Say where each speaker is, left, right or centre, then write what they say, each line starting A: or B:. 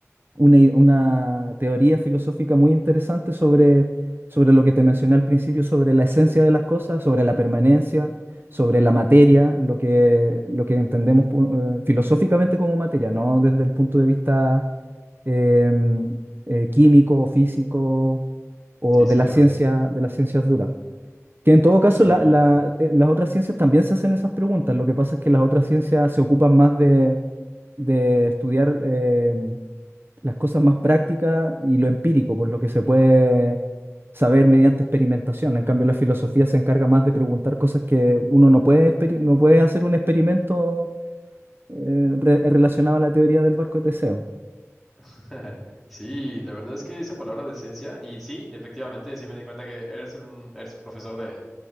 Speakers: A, on the right; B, in the centre.
A: una, i- una teoría filosófica muy interesante sobre, sobre lo que te mencioné al principio, sobre la esencia de las cosas, sobre la permanencia, sobre la materia, lo que, lo que entendemos pu- eh, filosóficamente como materia, no desde el punto de vista eh, eh, químico, físico o
B: Sí,
A: de
B: sí,
A: la
B: claro.
A: ciencia, de las ciencias duras. Que en todo caso
B: Sí.
A: la- la- eh, las otras ciencias también se hacen esas preguntas. Lo que pasa es que las otras ciencias se ocupan más de, de estudiar eh, las cosas más prácticas y lo empírico, pues lo que se puede saber mediante experimentación. En cambio, la filosofía se encarga más de preguntar cosas que uno no puede, experi- no puede hacer un experimento eh, re- relacionado a la teoría del barco de Teseo.
B: <laughs> Sí, la verdad es que esa palabra decencia, y sí, efectivamente, sí me di cuenta que eres un, eres un profesor de,